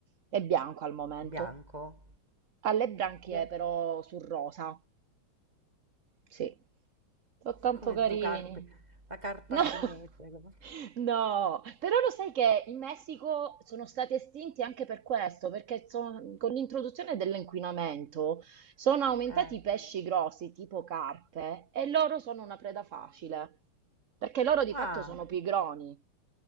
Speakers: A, on the right; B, on the right.
A: È bianco al momento.
B: bianco.
A: Ha le branchie
B: Bianco
A: però sul rosa. Sì, sono tanto
B: come
A: carini.
B: due carpe. La carpa
A: No,
B: cinese.
A: <laughs>
B: come-
A: no, però lo sai che in Messico sono stati estinti anche per questo, perché so- con l'introduzione dell'inquinamento sono aumentati
B: Eh.
A: i pesci grossi tipo carpe e loro sono una preda facile, perché loro di
B: Ah.
A: fatto sono pigroni.